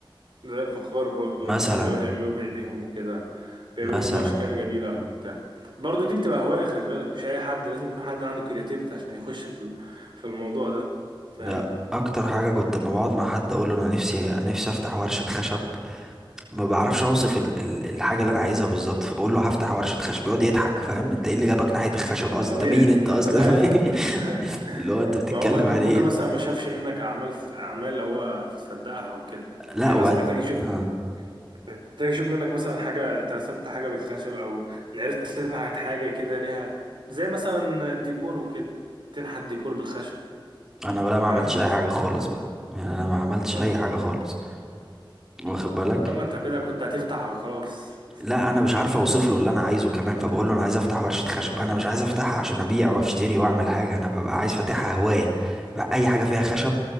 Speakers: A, on the right; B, in the centre.
A: زي الفخار برضه
B: مثلا
A: لما بيقعدوا يعملوا بإيديهم وكده بيعملوا
B: مثلا
A: منه أشكال جميلة وبتاع برضه دي بتبقى هواية خلي بالك مش أي حد لازم يكون حد عنده كرياتيفيتي عشان يخش في ال- في الموضوع ده فاهم
B: ده اكتر حاجه كنت لما بقعد مع حد اقول له انا نفسي نفسي افتح ورشه خشب ما بعرفش اوصف ال- ال- الحاجه اللي انا عايزها بالظبط فبقول له هفتح ورشه خشب يقعد يضحك فاهم انت ايه اللي جابك ناحيه الخشب اصلا
A: طبيعي
B: انت مين انت اصلا
A: طبيعي يضحك
B: <laughs>
A: <laughs>
B: اللي هو انت بتتكلم
A: ما هو ممكن
B: على
A: ممكن
B: ايه
A: مثلا ما شافش منك اعمال في اعمال اللي هو صدقها وكده
B: لا
A: يعني
B: وبعد
A: مثلا محتاج يشوف
B: آه.
A: محتاج يشوف منك مثلا حاجه انت رسمت حاجه بالخشب او عرفت تنحت حاجه كده ليها زي مثلا الديكور وكده تنحت ديكور بالخشب
B: انا بقى ما عملتش
A: فاهم
B: اي حاجه خالص بقى يعني انا ما عملتش
A: طب
B: اي
A: ما
B: حاجه خالص واخد بالك
A: طب ما انت كده كنت هتفتح وخلاص
B: لا انا مش عارف اوصف له اللي انا عايزه كمان فبقول له انا عايز افتح ورشه خشب انا مش عايز افتحها عشان ابيع واشتري واعمل حاجه انا ببقى عايز فاتحها هوايه بقى اي حاجه فيها خشب